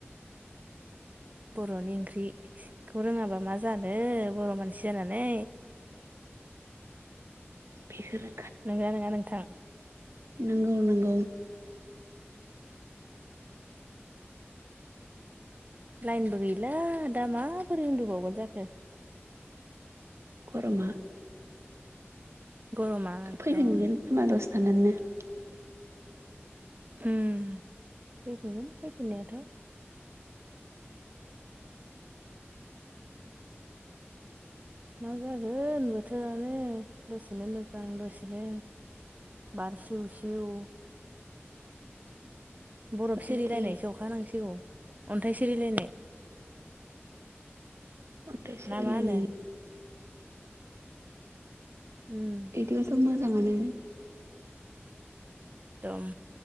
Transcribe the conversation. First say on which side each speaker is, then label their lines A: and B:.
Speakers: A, on the right; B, on the right.
A: बर'नि ओंख्रिखौ रोङाबा मा जानो बर' मानसि जानानै
B: बेफोर
A: नंगौना नङा नोंथां
B: नंगौ नंगौ
A: लाइनबो गैला दा माबोरै उन्दुबावगोन जाखो
B: गरमा
A: गरमा एकदम
B: फैफिनगोन <unintelligible>
A: उम फैफिनगोन फैफिननायाथ' मा जागोन बोथोरानो दसेनो मोजां दसेनो बारसिउ सिउ बरफ
B: गोलैबाय
A: सिरिलायनायसो
B: थायो
A: अखा नांसिगौ अन्थाइ सिरिलायनाय
B: अनथाय सोरिलायनाय
A: ना मा होनो उम
B: एदिबोथ' मोजांआानो
A: एकदम